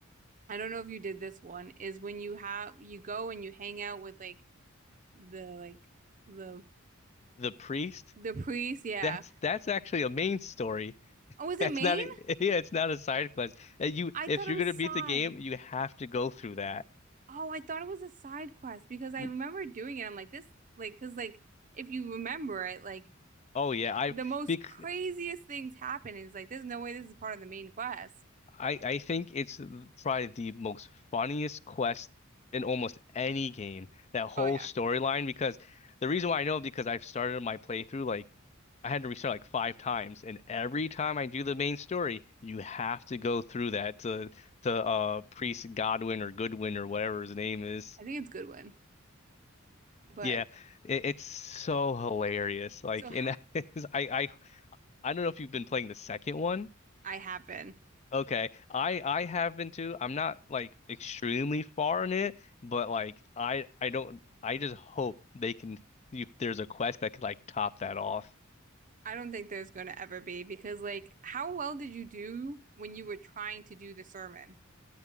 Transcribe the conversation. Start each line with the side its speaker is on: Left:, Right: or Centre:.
Right: I don't know if you did this one, is when you have you go and you hang out with like the like the
Left: The priest?
Right: the priest. Yeah.
Left: That's that's actually a main story. <laughs>
Right: Oh, is
Left: That's
Right: it Maine?
Left: not a, <laughs> yeah, it's not a side quest. Uh, You
Right: I
Left: if
Right: thought it
Left: you're
Right: was
Left: gonna
Right: side.
Left: beat the game, you have to go through that.
Right: Oh, I thought it was a side quest because I
Left: N-
Right: remember doing it. I'm like, this, like, because, like, if you remember it, like,
Left: Oh yeah, I
Right: the most
Left: bec
Right: craziest things happen. And it's like, there's no way this is part of the main quest.
Left: I I think it's probably the most funniest quest in almost any game. That whole
Right: Oh, yeah.
Left: storyline because the reason why I know because I've started my playthrough like I had to restart like five times, and every time I do the main story, you have to go through that to to uh Priest Godwin or Goodwin or whatever his name is.
Right: I think it's Goodwin. But
Left: Yeah, it, it's so hilarious. Like,
Right: so ha
Left: and <laughs> I, I, I don't know if you've been playing the second one.
Right: I have been.
Left: Okay, I, I have been too. I'm not like extremely far in it, but like, I, I don't. I just hope they can. If there's a quest that could like top that off.
Right: I don't think there's going to ever be because, like, how well did you do when you were trying to do the sermon?